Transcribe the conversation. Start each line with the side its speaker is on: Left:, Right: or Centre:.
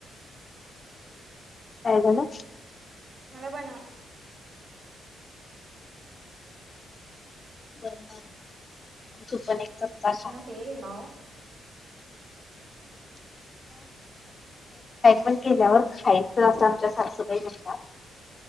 Left: काय झालं.
Right: मला बनवा.
Left: बर आणि तू पण एक सप्तास सांग.
Right: ते, नाव
Left: <unintelligible> पण केल्यावर खायचं असं आमच्या सासुबाई म्हणतात.